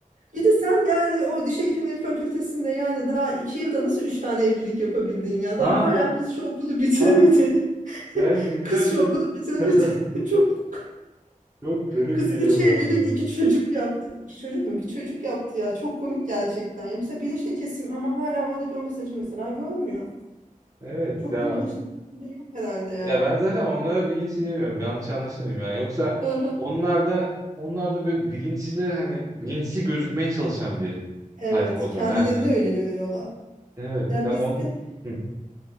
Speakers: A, on the right; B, on the right.
A: Bir de sen yani o diş hekimliği fakültesinde yani daha iki yılda nasıl üç tane evlilik yapabildin ya? Daha
B: ha
A: hala kız şu okulu bitiremedi.
B: ha yani
A: <laughs>
B: cidden
A: Kız
B: çok
A: şu okulu bitiremedi.
B: <laughs>
A: <laughs> Çok
B: çok garip
A: kız
B: geliyor
A: üç evlilik
B: bana
A: iki
B: ya.
A: çocuk yaptı. İki çocuk mu? Bir çocuk yaptı ya. Çok komik gerçekten. Ya mesela bilinçli kesim ama hala oradaki o mesajı mesela görmüyor.
B: Evet
A: Çok
B: ya
A: da bilinçli kesim de yok herhalde ya.
B: ya ben zaten onlara bilinçli demiyorum yanlış anlaşılmayayım yani yoksa
A: Hı hı.
B: onlar da onlar da böyle bilinçli hani bilinçli gözükmeye çalışan bir
A: Evet,
B: tayfa o
A: kendilerini
B: da yani
A: öyle görüyorlar.
B: evet
A: Ya
B: ya
A: bizde
B: on Hı.